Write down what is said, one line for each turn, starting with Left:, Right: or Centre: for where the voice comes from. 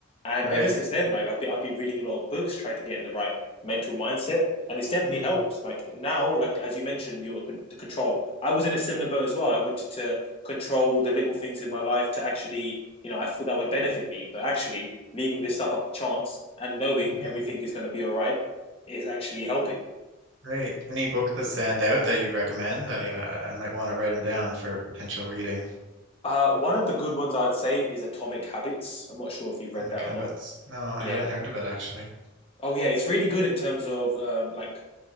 Left: And
Right: right.
Left: ever since then, like I've been I've been reading a lot of books trying to get in the right mental mindset, and it's definitely
Right: Mm,
Left: helped. Like now, like as you mentioned, your the control. I was in a similar boat as well. I wanted to control the little things in my life to actually, you know, I thought that would benefit me, but actually leaving this stuff up to chance and knowing
Right: hmm
Left: everything is going to be all right is actually helping.
Right: right. Any books that stand out that you recommend? I uh, I might want to write them down for potential reading.
Left: Uh, one of the good ones I'd say is Atomic Habits. I'm not sure if you've read
Right: Atomic
Left: that
Right: Habits.
Left: or not.
Right: No, I
Left: Yeah.
Right: haven't heard of it actually.
Left: Oh, yeah. It's really good in terms of um, like